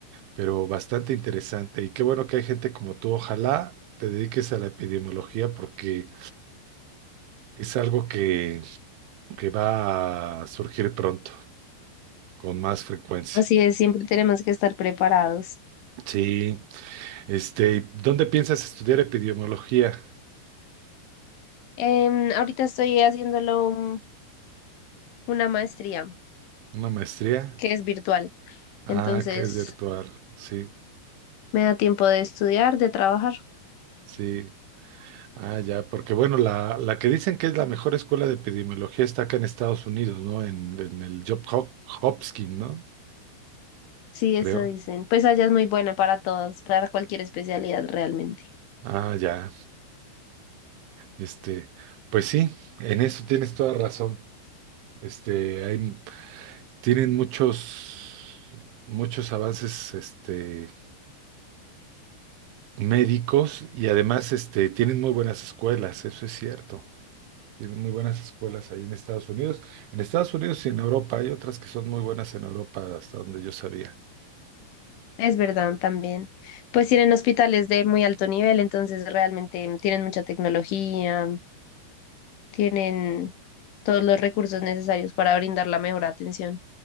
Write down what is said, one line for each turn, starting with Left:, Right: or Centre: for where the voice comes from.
Right: pero bastante interesante. Y qué bueno que hay gente como tú. Ojalá te dediques a la epidemiología porque es algo que que va a surgir pronto, con más frecuencia.
Left: Así es, siempre tenemos que estar preparados.
Right: Sí, este, ¿y ¿dónde piensas estudiar epidemiología?
Left: Em, ahorita estoy haciéndolo un- una maestría
Right: ¿Una maestría?
Left: que es virtual,
Right: Ah,
Left: entonces
Right: que es virtual, sí,
Left: me da tiempo de estudiar, de trabajar.
Right: sí. Ah, ya, porque bueno, la, la que dicen que es la mejor escuela de epidemiología está acá en Estados Unidos, ¿no? En, en el Job Hop- Hopkins, ¿no?
Left: Sí, eso
Right: Creo.
Left: dicen. Pues allá es muy buena para todos, para cualquier especialidad realmente.
Right: Ah, ya, este, pues sí, en eso tienes toda razón. Este, hay, tienen muchos, muchos avances, este. médicos y además este, tienen muy buenas escuelas, eso es cierto. Tienen muy buenas escuelas ahí en Estados Unidos. En Estados Unidos y en Europa hay otras que son muy buenas en Europa, hasta donde yo sabía.
Left: Es verdad también. Pues tienen hospitales de muy alto nivel, entonces realmente tienen mucha tecnología, tienen todos los recursos necesarios para brindar la mejor atención.